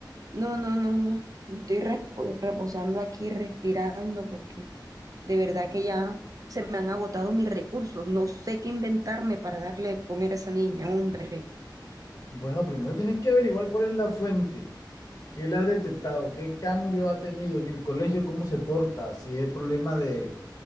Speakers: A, on the right; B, on the left.
A: no, no, no, no, me estoy repo- reposando aquí, respirando porque de verdad que ya se me han agotado mis recursos, no sé qué inventarme para darle de comer a esa niña, hombre.
B: Bueno, primero tienes que averiguar cuál es la fuente. ¿Qué le ha detectado? ¿Qué cambio ha tenido en el colegio? ¿Cómo se porta? Si es problema de,